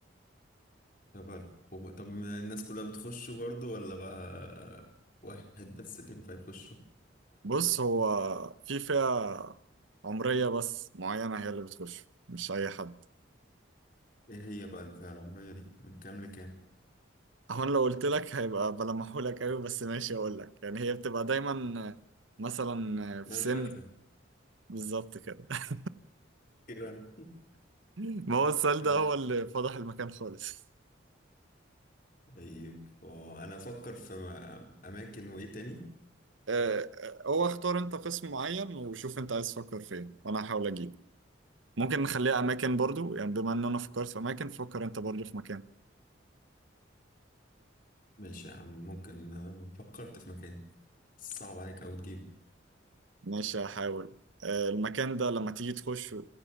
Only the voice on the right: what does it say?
بص هو في فئة عمرية بس معينة هي اللي بتخش مش أي حد
هو أنا لو قلت لك هيبقى بلمحولك أوي بس ماشي أقول لك يعني هي بتبقى دايما مثلا في
سن بالظبط كده <laughs>
ما هو السؤال
ده هو اللي فضح المكان خالص
آه، آه، هو اختار انت قسم معين وشوف انت عايز تفكر فين وانا هحاول اجيب ممكن نخليها اماكن برضو يعني بما ان انا فكرت في اماكن فكر انت برضو في مكان
ماشي هحاول آه، المكان ده لما تيجي تخش